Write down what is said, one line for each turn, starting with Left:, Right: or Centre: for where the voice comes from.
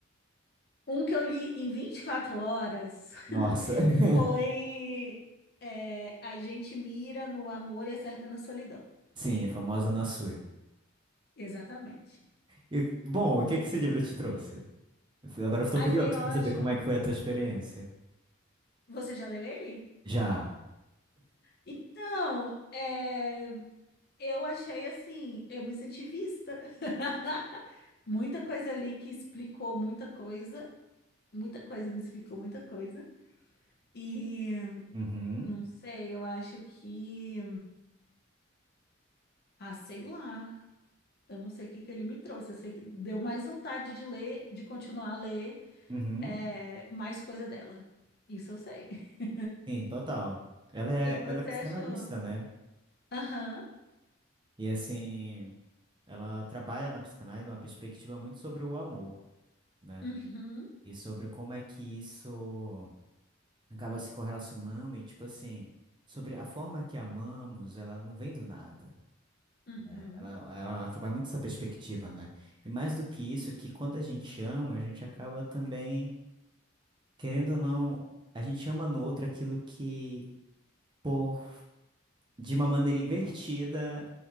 Left: um que eu li em 24 horas
Right: Nossa.
Left: <laughs>
Right: <laughs>
Left: foi é, A gente mira no amor e acerta na solidão.
Right: Sim, a famosa Nassui.
Left: Exatamente.
Right: E, bom, o que é que esse livro te trouxe? Agora eu tô
Left: Ai,
Right: curioso
Left: foi ótimo.
Right: pra saber como é que foi a tua experiência.
Left: Você já leu ele?
Right: Já.
Left: Então, é, eu achei assim, eu me senti vista. <laughs> Muita coisa ali que explicou muita coisa, muita coisa me explicou muita coisa. E
Right: Uhum.
Left: não sei, eu acho que, ah, sei lá, eu não sei o que que ele me trouxe. Eu sei que deu mais vontade de ler, de continuar a ler,
Right: Uhum.
Left: é, mais coisa dela. Isso eu sei. <laughs>
Right: Sim, total. Ela é,
Left: O que que você
Right: ela é psicanalista,
Left: achou?
Right: né?
Left: Aham,
Right: E assim, ela trabalha na psicanálise numa perspectiva muito sobre o amor, né?
Left: uhum,
Right: E sobre como é que isso acaba se correlacionando e, tipo assim, sobre a forma que amamos, ela não vem do nada.
Left: uhum,
Right: né? Ela, ela trabalha muito essa perspectiva, né? E mais do que isso, que quando a gente ama, a gente acaba também, querendo ou não, a gente ama no outro aquilo que, por, de uma maneira invertida.